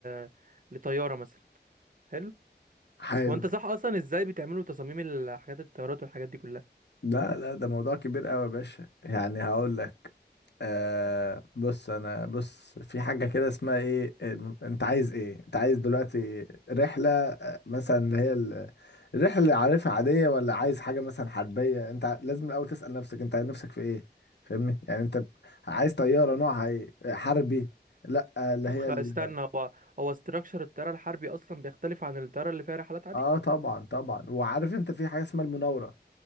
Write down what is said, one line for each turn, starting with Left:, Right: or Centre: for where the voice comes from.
Right: ل... لطيارة مثلا حلو
Left: حلو
Right: وانت صح اصلا ازاي بتعملوا تصاميم الحاجات الطيارات والحاجات دي كلها
Left: لا لا ده موضوع كبير قوي يا باشا يعني هقول لك آه بص انا بص في حاجه كده اسمها ايه آه، انت عايز ايه انت عايز دلوقتي رحله مثلا اللي هي ال- الرحلة اللي عارفها عادية ولا عايز حاجة مثلا حربية انت لازم الاول تسأل نفسك انت نفسك في ايه فاهمني يعني انت ب- عايز طيارة نوعها ايه حربي لا اللي
Right: طب
Left: هي
Right: خ...
Left: ال...
Right: استنى هو هو استراكشر الطيارة الحربي اصلا بيختلف عن الطيارة اللي فيها رحلات عادي
Left: اه طبعا طبعا وعارف انت في حاجة اسمها المناورة